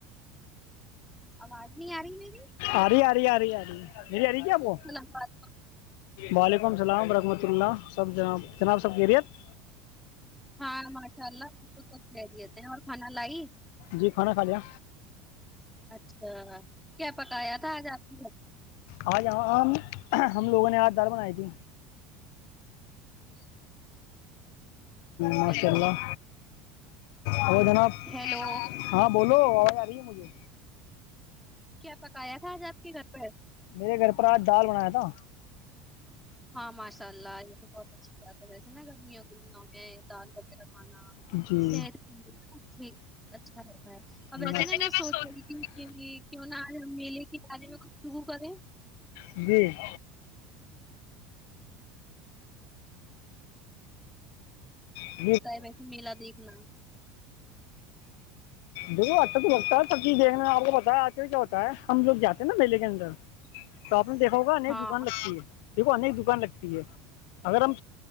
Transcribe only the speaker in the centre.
آواز نہیں آ رہی میری
سلام.
ہاں ماشاء اللہ ب سھ کہہریتے ہیں اور کھانا لائی
اچھا کیا پکایا تھا آج آپ کی
ہیلو
ہیلو
کیا پکایا تھا آج آپ کے گھر پر
ہاں ماشاء اللہ یہ تو بہت اچھی بات ویسے نا گرمیوں کے دنوں میں دال وغیرہ کھانا
صحت کی ٹھیک اچھا رہتا ہے
اب ویسے
نا میں سوچ رہی کی کیوں نہ آج ہم میلے کے بارے میں گفتگو کریں
ہوتا ہے ویسے میلہ دیکھنا
ہاں